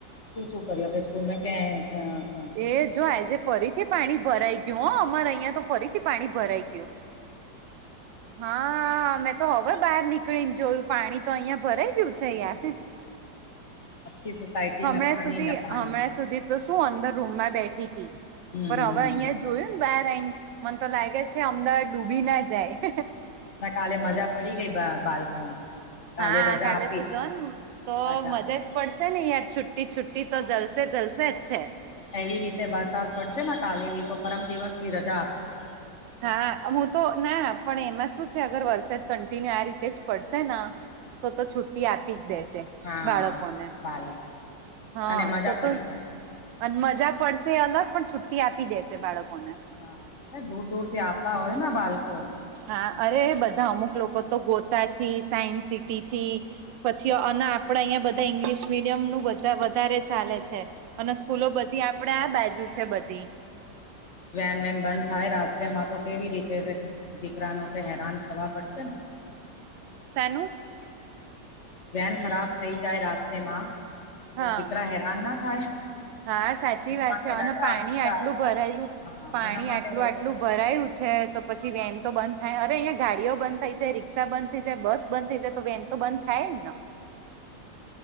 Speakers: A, on the left; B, on the right.
A: શું શું કર્યું કે સ્કૂલમાં ક્યાં હતા?
B: એ જો આજે ફરીથી પાણી ભરાઈ ગયું હો અમારે અહિયાં તો ફરીથી પાણી ભરાઈ ગયું, હા મે તો ખબર બહાર નીકળીને જોયું પાણી તો અહિયાં ભરાઈ ગયું છે યાર.
A: <unintelligible>
B: હમણાં
A: પાણી
B: સુધી
A: ને પાણી
B: હમણાં સુધી તો શું અંદર રૂમમાં બેઠી હતી
A: હમ
B: પણ
A: હમ
B: હવે અહિયાં જોયું બાર આવીન મને તો લાગે છે અમદાવાદ ડૂબી ના જાય.
A: ના કાલે મજા પડી ગઈ બા બાળકોને.
B: હા
A: રજા
B: કાલે
A: આપીશ
B: તો જન તો
A: રજા
B: મજા જ પડશે નિ યાર છુટી છુ્ટી તો જલસે જલસે છે.
A: એવી રીતે વરસાદ પડશે કાલે એવી તો પરમ દિવસ બી રજા આપશે.
B: હા હું તો ના પણ એમાં શું છે, અગર વરસાદ કન્ટિન્યુ આ રીતે જ પડશે ના તો તો છુટ્ટી આપી જ દેશે
A: હા
B: બાળકોને
A: બાલકને
B: હા
A: અને મજા
B: તો
A: પડી
B: તો
A: જાય
B: અને મજા પડશે અલગ પણ છુટ્ટી આપી દેશે બાળકોને
A: હા એ દૂર દૂર થી આવતા હોય બાલકો
B: હા અરે બધા અમુક લોકો તો ગોતા થી સાયન્સ સિટી થી પછી અના આપડે અહિયાં બધા ઈંગ્લિશ મીડિયમનું બધા વધારે ચાલે છે. અને સ્કૂલો બધી આપણેે આ બાજુ છે, બધી
A: વેન વેન બંધ થાય રાસ્તેમાં તો કેવી રીતે હવે દીકરાનો તો હેરાન થવા પડશે ને
B: શેનું?
A: વેન ખરાબ થઈ જાય રાસ્તેમાં તો
B: હા
A: દીકરા હે રાન ના થાય.
B: હા સાચી વાત
A: માટે
B: છે, અને
A: રજા
B: પાણી
A: આપતા
B: આટલું ભરાયેલું
A: હા
B: પાણી
A: એના માટે
B: આટલું આ ટલું ભરાયું છે, તો પછી વેન તો બં થાય અરે અહીંયા ગાડીઓ બંધ થઈ જાય રિક્ષા બંધ થઈ જાય બસ બંધ થઈ જાય તો વેન તો બંધ થાય ન